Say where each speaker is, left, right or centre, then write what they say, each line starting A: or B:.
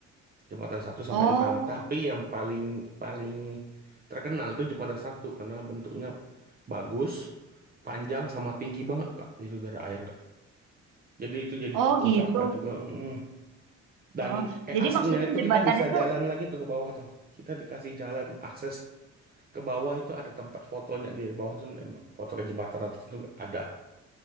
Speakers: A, on the right (about 25°); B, on the right (about 70°).
A: jembatan satu sampai
B: Oh,
A: enam. Tapi yang paling paling terkenal itu jembatan satu karena bentuknya bagus, panjang sama tinggi banget Kak. Itu dari air. Jadi itu jadi
B: oh
A: tempat
B: gitu.
A: wisata juga. Mm. Dan
B: Oh,
A: eh,
B: jadi
A: aslinya
B: maksudnya
A: itu
B: jembatan
A: kita bisa
B: itu,
A: jalan lagi tuh ke bawah tuh. Kita dikasih jalan akses ke bawah itu ada tempat fotonya di bawah tuh nembak foto ke jembatan atas itu ada